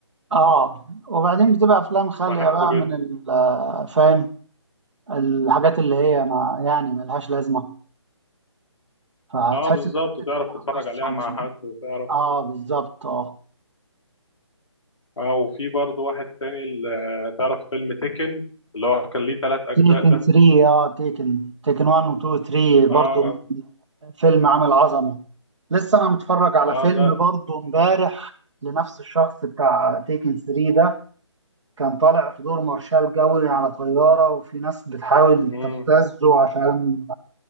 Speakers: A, on the right; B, on the left.
A: اه وبعدين بتبقى افلام خاليه
B: بحبه
A: بقى
B: جدا
A: من ال- آه، فاهم الحاجات اللي هي ما يعني ملهاش لازمة فتحس
B: اه بالظبط
A: إنك بتكتب
B: تعرف تتفرج
A: قصة
B: عليها مع
A: مش
B: حد وتعرف
A: آه بالظبط آه
B: اه وفي برضه واحد تاني اللي تعرف فيلم تيكن اللي هو كان ليه ثلاث اجزاء
A: تيكن
B: ده
A: 3 آه تيكن تيكن 1 و 2 و 3 برضو
B: اه
A: فيلم عامل عظمة لسه أنا متفرج على
B: اه
A: فيلم
B: ده
A: برضو إمبارح لنفس الشخص بتاع تيكن 3 ده كان طالع في دور مارشال جوي على طيارة وفي ناس بتحاول
B: مم.
A: تبتزه عشان